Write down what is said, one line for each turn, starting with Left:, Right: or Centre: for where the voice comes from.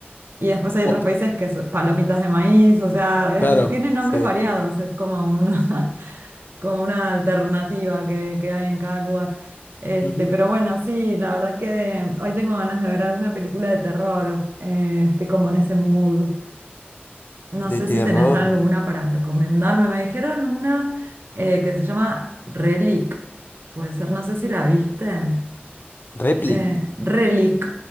Right: Y después hay
Left: Pop,
Right: otros países que son palomitas de maíz, o sea, es-
Left: claro,
Right: tienen nombres
Left: sí.
Right: variados, es como una, <laughs> como una alternativa que, que hay en cada lugar. Este,
Left: Ujú.
Right: pero bueno, sí, la verdad que hoy tengo ganas de ver alguna película de terror, eh, este, como en ese mood. No
Left: De
Right: sé
Left: terror.
Right: si tenés alguna para recomendarme. Me dijeron una eh, que se llama Relic. Puede ser, no sé si la viste.
Left: Replic.
Right: Eh, Relic.